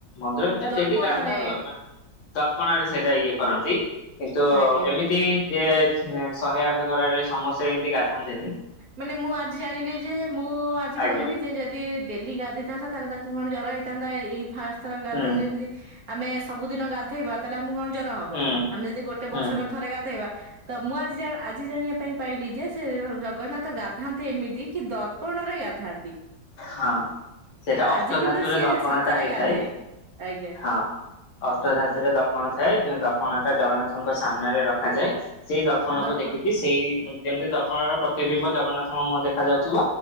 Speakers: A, on the left (about 80°); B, on the right (about 50°).
A: ମନ୍ଦିର ଭିତରେ
B: ଦର୍ପଣରେ
A: ଡେଲି ଗାଧା ହୁଏ ମାନେ। ଦର୍ପଣ ରେ ସେଟା ଇଏ କରନ୍ତି କିନ୍ତୁ
B: ଆଜ୍ଞା।
A: ଏମିତି କେ ଚ ଶହେ ଆଠ ଗରା ରେ ସମସ୍ତେ ଏମିତି ଗାଧାନ୍ତିନୀ।
B: ମାନେ ମୁଁ ଆଜି ଜାଣିଲି ଯେ ମୁଁ ଆଜି
A: ଆଜ୍ଞା
B: କହିଲି ସେ ଯଦି ଡେଲି ଗାଧେଇଥାନ୍ତା ତାହେଲେ ତାଙ୍କୁ କଣ ଜ୍ୱର ହେଇଥାନ୍ତା ଏଇ ଫାଷ୍ଟ ଥର ଗାଧେଇଲେଯେ
A: ହୁଁ
B: ଆମେ ସବୁଦିନ ଗାଧେଇବା ତାହେଲେ ଆମକୁ କଣ ଜର ହବ
A: ହୁଁ
B: ଆମେ ଯଦି ଗୋଟେ
A: ହୁଁ
B: ବର୍ଷକରେ ଥରେ ଗାଧେଇବା ତ ମୁଁ ଆଜି ଜା-ଜାଣିବା ପାଇଁ ପାଇଲି ଯେ ସେ ଜଗନ୍ନାଥ ଗାଧାନ୍ତି ଏମିତି କି, ଦର୍ପଣରେ ଗାଧାନ୍ତି।
A: ହଁ। ସେଇଟା
B: ଆଜି
A: ଅଷ୍ଟଧାତୁରେ
B: କିନ୍ତୁ ସିଏ
A: ଦର୍ପଣ
B: ସତରେ
A: ଟା ହେଇଥାଏ
B: ଗାଧେଇଲେ, ଆଜ୍ଞା।
A: ହଁ ଅଷ୍ଟଧାତୁରେ ଦର୍ପଣ ଥାଏ। ଦର୍ପଣ ଟା ଜଗନ୍ନାଥଙ୍କ ସାମ୍ନାରେ ରଖାଯାଏ ସେଇ ଦର୍ପଣକୁ
B: ଦର୍ପଣ
A: ଦେଖିକି, ସେଇ ଯେମିତି ଦର୍ପଣ ର ପ୍ରତିବିମ୍ବ ଜଗନ୍ନାଥଙ୍କ ମୁହଁ ଦେଖା ଯାଉଥିବ।